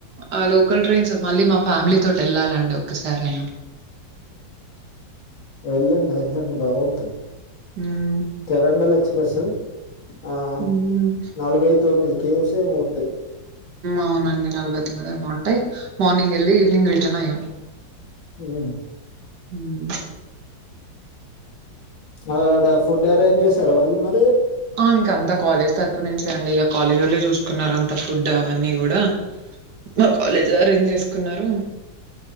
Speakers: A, on the right; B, on the left.
A: ఆ లోకల్ ట్రైన్స్ మళ్ళీ మా ఫ్యామిలీ తోటి వెళ్ళాలండి ఒకసారియినా
B: వెళ్ళండి వెళ్ళండి బాగుం
A: హ్మ్.
B: కెరండల్ ఎక్స్ప్రెస్ ఆ
A: హ్మ్.
B: నలభై తొమ్మిది కేవ్స్ ఏమో ఉంటాయ్
A: అవునండి నలభై తొమ్మిది ఏమో ఉంటాయి మార్నింగ్ వెళ్ళి ఈవినింగ్ రిటర్న్ అయ్యాం
B: ఆ
A: హ
B: ఆడ ఫుడ్ అరేంజ్ చేస్తారా వాళ్ళు మ
A: ఆ ఇంకంతా కాలేజ్ తరపు నుంచి అండి కాలేజ్ వాళ్లే చూసుకున్నారు అంత ఫుడ్ అవన్నీ కూడ మా కాలేజ్ అరేంజ్ చేసుకున్నారు